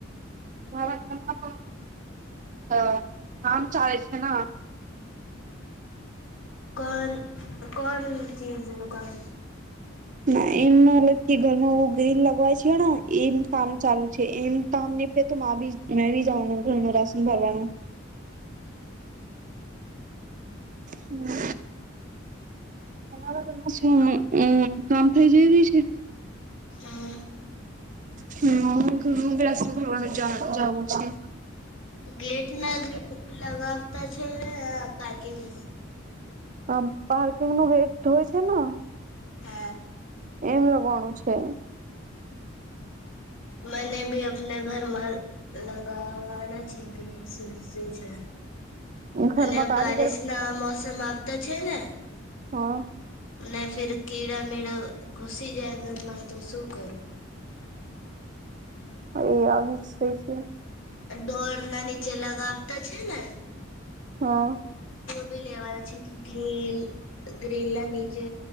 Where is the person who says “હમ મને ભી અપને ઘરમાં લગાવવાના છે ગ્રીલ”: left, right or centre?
Left